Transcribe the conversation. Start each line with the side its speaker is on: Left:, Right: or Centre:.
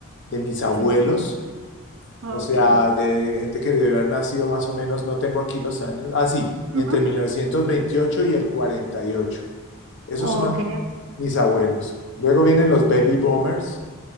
Left: de mis abuelos,
Right: Sí, ok.
Left: o sea, de gente que debe haber nacido más o menos, no tengo aquí los años, ah, sí, entre
Right: Ujú.
Left: 1928 y el 48. Esos
Right: Ok.
Left: son mis abuelos. Luego vienen los baby boomers,